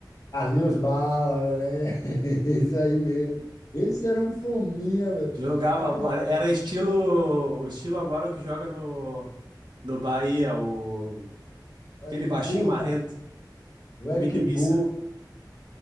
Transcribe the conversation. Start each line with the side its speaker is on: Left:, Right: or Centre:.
Left: Carlinhos Bala, velho. <laughs> Isso aí mesmo. Esse era um fominha, velho.
Right: Jogava,
Left: Aprendi
Right: bo- era era estilo, estilo agora o que joga no no Bahia, o
Left: o Eric
Right: aquele baixinho
Left: Puga,
Right: marrento,
Left: o
Right: o
Left: Eric
Right: Mini Mísel.
Left: Puga.